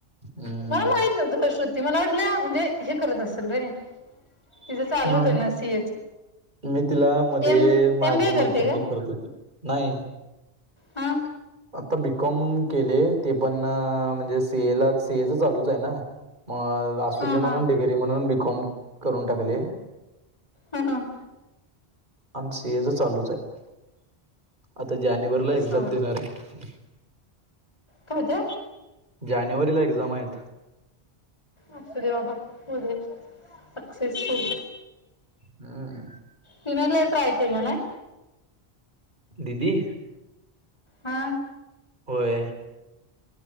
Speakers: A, on the right (about 50°); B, on the left (about 25°).
A: हम्म
B: मला माहित नव्हतं श्रुती मला वाटल्या म्हणजे हे करत असेल रे. तिथं चालूत
A: नाही.
B: आहे ना सीएच.
A: मी तिला मध्ये
B: एम
A: माझी
B: एम बी ए करते
A: मैत्रिणी
B: का
A: करत होती नाही.
B: हा
A: आता बीकॉम केले ते पण म्हणजे सेएला सेएच चालूच आहे ना. म असुंदी
B: हा हा
A: म्हणून डिग्री म्हणून बीकॉम करून टाकले.
B: हम् हम
A: आणि सीएच चालूच आहे आता जानेवारीला
B: असं
A: एक्झाम देणार आहे.
B: काय ते
A: जानेवारीला एक्झाम आहेत.
B: असू दे बाबा हो सक्सेसफुल.
A: हम्म
B: तून लय ट्राय केलं ना?
A: दिदी.
B: हा.
A: होय.